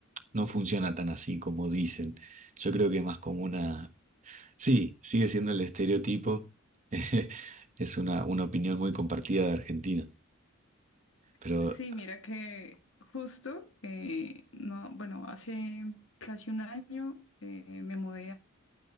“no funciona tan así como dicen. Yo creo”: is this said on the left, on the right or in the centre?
Right